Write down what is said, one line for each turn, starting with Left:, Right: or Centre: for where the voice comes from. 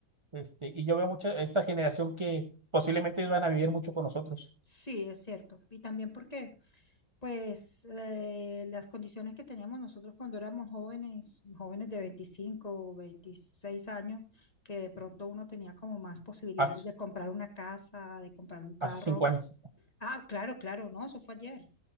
Right: este, y yo veo mucha, esta generación que posiblemente van a vivir mucho con nosotros,
Left: sí, es cierto, y también porque, pues, eh, las condiciones que teníamos nosotros cuando éramos jóvenes, jóvenes de 25 o 26 años, que de pronto uno tenía como más posibilidades
Right: hace,
Left: de comprar una casa, de comprar un carro,
Right: hace cinco años.
Left: Ah, claro, claro, no, eso fue ayer.